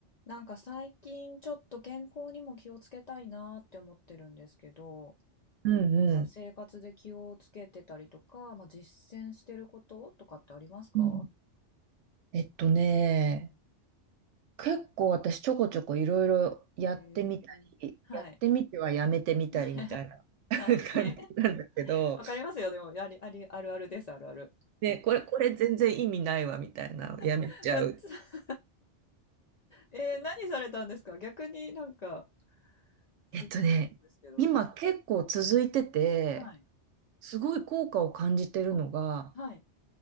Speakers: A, on the left (about 60°); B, on the right (about 85°).
A: なんか最近ちょっと健康にも気をつけたいなーって思ってるんですけど、
B: うんうん。
A: なんか生活で気をつけてたりとか、まあ、実践してることとかってありますか
B: うん。えっとね、
A: うん
B: 結構私ちょこちょこいろいろやってみたり、
A: えー、はい。
B: やってみてはやめてみたりみたいな
A: <laughs>
B: <laughs>
A: はい。
B: 感じなんだけど、
A: <laughs> わかりますよ。でも、あり、あり、あるあるです、あるある。
B: ね、これ、これ全然意味ないわみたいな、やめちゃう。
A: <laughs> うっつえー、何されたんですか逆になんか気になるんですけど。
B: えっとね、今結構続いてて、
A: はい。
B: すごい効果を感じてるのが、
A: あはい。